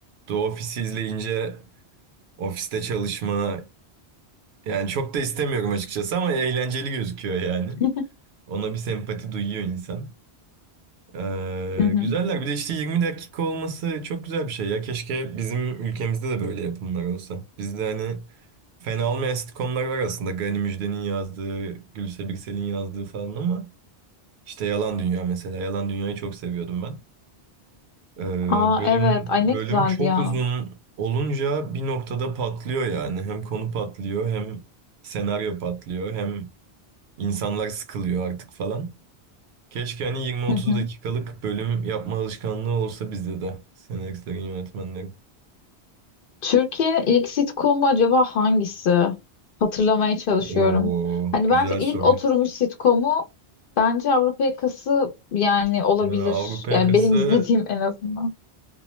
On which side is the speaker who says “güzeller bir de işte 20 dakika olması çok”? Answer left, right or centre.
Right